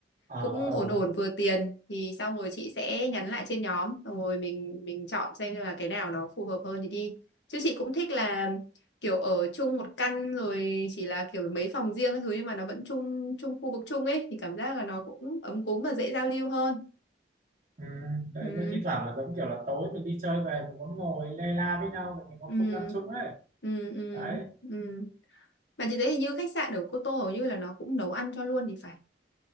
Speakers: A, on the right; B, on the left.
A: ờ
B: cũng
A: ờ
B: ổn ổn vừa tiền thì xong rồi chị sẽ nhắn lại trên nhóm xong rồi mình mình chọn xem là cái nào nó phù hợp hơn thì đi chứ chị cũng thích là kiểu ở chung một căn rồi chỉ là kiểu mấy phòng riêng các thứ nhưng mà nó vẫn chung chung khu vực chung ấy thì cảm giác là nó cũng ấm cúng và dễ giao lưu hơn
A: ừ. đấy
B: ừ
A: mới thi thoảng là giống kiểu là tối mình đi chơi về mình muốn ngồi lê la với nhau để mình có
B: ừ
A: không gian chung ấy
B: ừ ừ
A: đấy
B: ừ mà chị thấy hình như khách sạn ở Cô Tô hầu như là nó cũng nấu ăn cho luôn thì phải